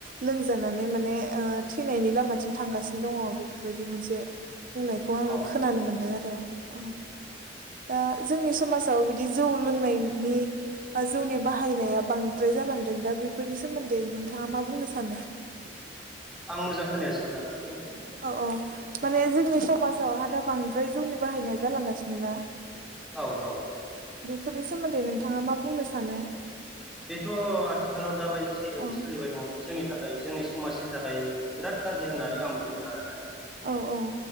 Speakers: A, on the right; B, in the centre.
A: लोंजानानै माने ओ थैनायनि लामाथिं थांगासिनो दङ बेफोरबायदि मोनसे बुंनायखौ आङो
B: औ
A: खोनानो मोनदों आरो औ दा जोंनि समाजाव बिदि जौ लोंनायनि बा जौनि बाहायनाया बांद्राय जालांदों दा बेफोरनि सोमोन्दै नोंथाङा मा बुंनो सानो? <inaudible>
B: आं मोजां खोनायासै नोथां खनसेल' बुफिनलाय।
A: औ औ माने जोंनि समाजावहा दा बांद्राय जौनि बाहायनाया जालांगासिनो ना।
B: औ औ।
A: फोरनि सोमोन्दै नोंथाङा मा बुंनो सानो?
B: बेथ' आथिखालाव दाबायदि जिबायदि
A: औ
B: सोलिबाय दङ जोंनि थाखाय जोंनि समाजनि थाखाय बिराद गाज्रि होननानै आं बुंदों आरोना।
A: औ औ।